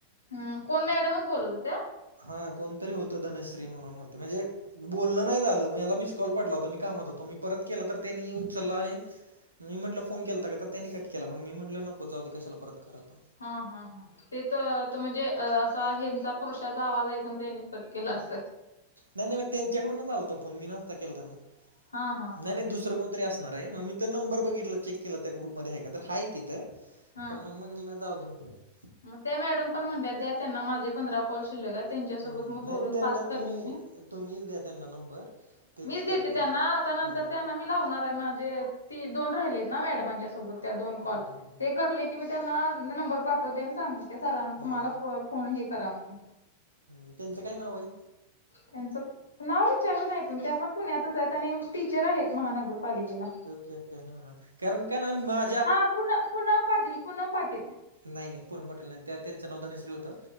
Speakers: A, on the left; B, on the right.
A: हम् कोण मॅडमच बोलत होत्या.
B: हा कोणतरी होतं धनश्री म्हणून होते म्हणजे. बोलल नाही झालं मग याला मिस कॉल पाडला होता मी कामात होतो मी परत केला तर त्यांनी उचलला आणि. मी म्हटलं फोन केलाता का तर त्यांनी कट केला मग मी म्हटलं नको जाऊ कशाला परत करा आपण.
A: हा हा हा ते त त म्हणजे असं हचा. पुरुषाचा आवाज ऐकून त्यांनी कट केला अस.
B: नाही नाही मग त्यांच्याकडूनच आलत फोन मी नसता केलताना
A: हा हा
B: नाही
A: हा
B: नाही दुसरं कोणतरी असत. मग मी नंबर बघितलं चेक केला त्या ग्रुप म का हय तिथं.
A: हा
B: पण मग मग जाऊ दे म्हटलं
A: मग ते मॅडम पण म्हणत द्या त्यांना माझे पंधरा कॉल शिल्लक आहे त्यांच्यासोबत
B: हम्म
A: मग
B: नाही
A: बोलून
B: त्यांना
A: पाक करेन
B: तुम्ही
A: मी
B: तुम्हीच द्या त्यांना नंबर. तेच
A: मीच देते
B: करतील.
A: त्यांना आता नंतर
B: हम्म
A: त्यांना मी लावणार आहे माझे ती दोन राहिलेत ना मॅडमांच्या दोन कॉल
B: हम्म हम्म
A: ते करले की मी त्यांना नंबर पाठवते सांग सरां
B: हम्म
A: तुम्हाला
B: हम्म
A: कोणही करा मग
B: हम त्यांचं काय नाव आहे.
A: त्यांचं नाव विचारलं नाही पण ते आपण पुण्यातच आहेत आणि टीचर आहेत महानगरपालिकेला.
B: हा हा कारण काण मा.
A: हा पुन पूनम पाटील पूनम पाटील.
B: नाही नाही पूनम पाटील नाही त्या त्यांचं नाव धनश्री होत